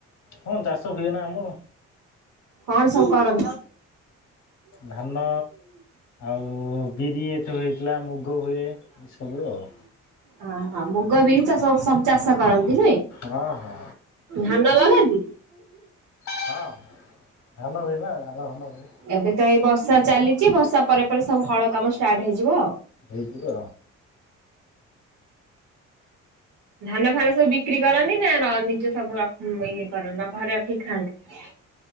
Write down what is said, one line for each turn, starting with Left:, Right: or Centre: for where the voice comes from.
Left: ହଁ ଚାଷ ହୁଏ ନା ଆମର।
Right: କଣ ସବୁ କର
Left: ଧାନ ଆଉ ବିରି <unintelligible> ହେଇଥିଲା ମୁଗ ହୁଏ ଏସବୁ ଆଉ।
Right: ଆଁ ହୋଉ ମୁଗ ବିରି ଚାଷ ସବୁ ଚାଷ କରନ୍ତି ନୁହେଁ।
Left: ହଁ ହଁ
Right: ଧାନ ଲଗାନ୍ତି?
Left: ହଁ ଧାନ ହୁଏ ନା ଧାନ ଫାନ ହୁଏ।
Right: ଏବେ ତ ଏଇ ବର୍ଷା ଚାଲିଚି। ବର୍ଷା ପରେ ପରେ ସବୁ ହଳ କାମ ଷ୍ଟାର୍ଟ ହେଇଯିବ ଆଉ।
Left: ହେଇଯିବ।
Right: ଧାନ ଫାନ ସବୁ ବିକ୍ରି କରନ୍ତି ନା ର ନିଜ ସବୁ ରକ ଇଏ କରନ୍ତି ର ଘରେ ରଖିକି ଖାଆନ୍ତି?